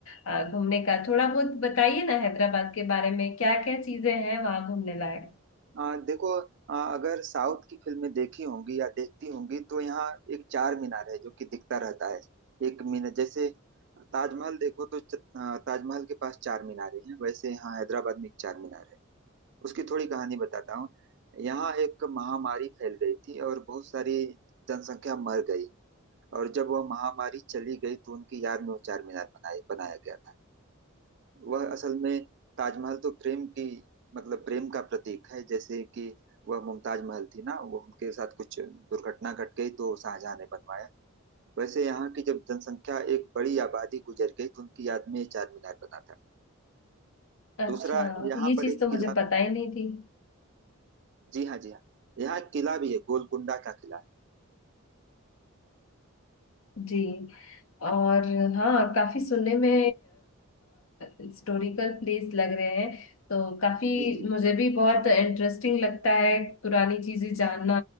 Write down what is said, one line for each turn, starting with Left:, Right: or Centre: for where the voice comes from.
Left: अ, घूमने का थोड़ा बहुत बताइए ना हैदराबाद के बारे में क्या क्या चीजें हैं वहां घूमने लायक
Right: आ, देखो आ, अगर साउथ की फिल्में देखी होंगी या देखती होंगी तो यहाँ एक चार मीनार है जो कि दिखता रहता है एक मीनार जैसे ताजमहल देखो तो च- आ, ताजमहल के पास चार मीनारे हैं वैसे यहाँ हैदराबाद में एक चार मीनार है उसकी थोड़ी कहानी बताता हूँ यहाँ एक महामारी फैल गई थी और बहुत सारी जनसंख्या मर गई और जब वह महामारी चली गई तो उनकी याद में वो चार मीनार बनाए बनाया गया था वह असल में ताजमहल तो प्रेम की मतलब प्रेम का प्रतीक है जैसे कि वह मुमताज महल थी ना वो उनके साथ कुछ दुर्घटना घट गई तो शाहजहां ने बनवाया वैसे यहाँ की जब जनसंख्या एक बड़ी आबादी गुजर गई तो उनकी याद में ये चार मीनार बना था
Left: अच्छा
Right: दूसरा अच्छा यहाँ
Left: ये
Right: पर
Left: चीज
Right: एक
Left: तो मुझे
Right: किला
Left: पता ही नहीं थी
Right: जी हाँ जी हाँ यहाँ एक किला भी है गोलकुंडा का किला
Left: जी और हाँ काफी सुनने में हिस्टोरिकल प्लेस लग रहे हैं तो काफी
Right: जी जी
Left: मुझे भी बहुत इंटरेस्टिंग लगता है पुरानी चीजें जानना